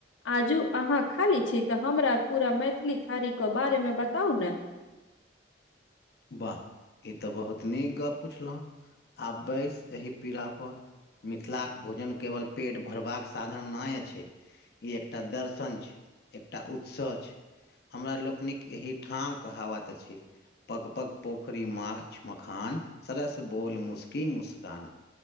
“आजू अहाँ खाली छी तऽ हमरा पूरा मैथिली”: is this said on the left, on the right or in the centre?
Left